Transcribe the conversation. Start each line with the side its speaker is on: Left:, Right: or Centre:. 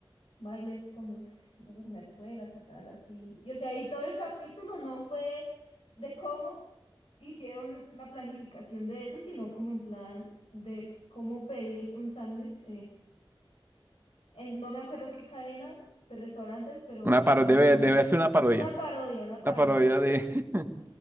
Left: bailes con muse- mujerzuelas y tal, así. Y o sea, y todo el capítulo no fue de cómo hicieron la planificación de eso, sino como en plan de cómo pedir un sándwich en- no me acuerdo qué cadena de restaurantes, pero
Right: Una paro
Left: era
Right: debe,
Left: muy famoso.
Right: debe ser una parodia.
Left: Una parodia, una
Right: Una
Left: parodia.
Right: parodia de... <laughs>